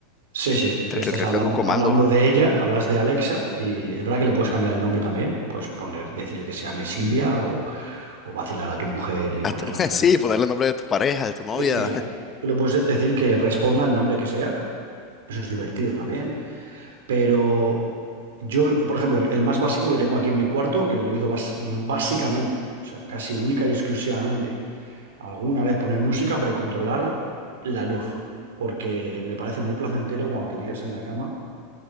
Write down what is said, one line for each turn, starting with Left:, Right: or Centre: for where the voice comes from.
Right: Sese,
Left: te
Right: que
Left: te
Right: estás hablando,
Left: te un comando?
Right: hablando de ella, hablas de Alexa, y es verdad que le puedes cambiar el nombre también, puedes poner, decirle que se llame Silvia o, o vacilar a tu mujer y
Left: Hasta-
Right: ponerla también.
Left: <laughs> Sí, ponerle el nombre de tu pareja, de tu novia.
Right: Sí, sí, claro. Tú le puedes decir que responda el nombre que sea, eso es divertido también, pero yo, por ejemplo, el más básico que tengo aquí en mi cuarto, que lo utilizo bas- básicamente, o sea, casi única y exclusivamente alguna vez poner música, pero controlar la luz, porque me parece muy placentero cuando te tiras en la cama